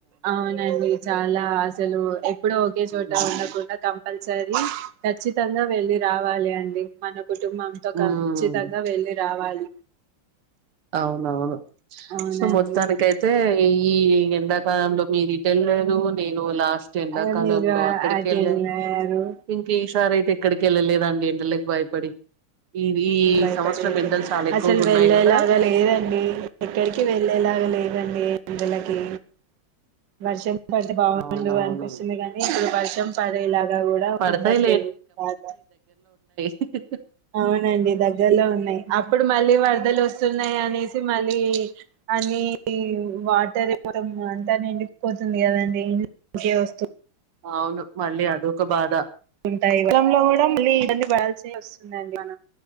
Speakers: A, on the right; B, on the right.
A: అవునండి చాలా అసలు ఎప్పుడో ఒకే
B: హ్మ్.
A: చోట ఉండకుండా కంపల్సరీ ఖచ్చితంగా వెళ్ళి రావాలి ాలే అండి మనం కుటుంబంతో
B: హ్మ్.
A: ఖచ్చితంగా వెళ్ళి రావాలి
B: అవునవును
A: అవునండి
B: సో మొత్తానిక అైతే ఈ ఎంద ఉాంలో మీరు ఇటు వెళ్లేదు నేను లాస్ట్ ఎండాకాలంలో
A: అ మీరు
B: అక్కడికి
A: అటు
B: వెళ్ళాను
A: వెళ్ళారు
B: ఇంక ఈ సారి అయితే ఇక్కడికి వెళ్ళలేదండి ఇంటలోకి భయపడి ఈ ఈ
A: భయపడేది
B: సంవత్సరం ఎండలు చాలా ఎక్కువగా
A: అసలు
B: ఉన్నాయి
A: వెళ్ళేలాగా
B: కదా
A: లేదండి ఎక్కడికి వెళ్ళేలాగా లేదండి ఇందులకి వర్జెం బటి బాగుండు
B: అవునవును
A: అనిపిస్తుంది కానీ ఇప్పుడు వర్షం పడేలాగా కూడా
B: పడతాయి
A: ఉండట్లేదు బాగా
B: ఓకే
A: అవునండి దగ్గరలో ఉన్నాయి అప్పుడు మళ్ళీ వాళ్ళ బద్దలు వస్తున్నాయి అనేసి మళ్ళీ అని వాటర్ మొత్తం అంతా నిండిపోతుంది కదండి ఇం ఇకే వస్తు
B: అవును మళ్ళీ అదొక బాధ
A: <unintelligible> ఇబ్బంది పడాల్సి వస్తుందిండి మనం